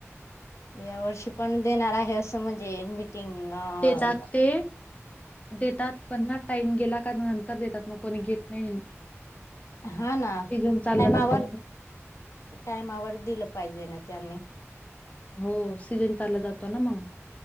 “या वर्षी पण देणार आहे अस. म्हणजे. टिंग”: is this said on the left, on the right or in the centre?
Left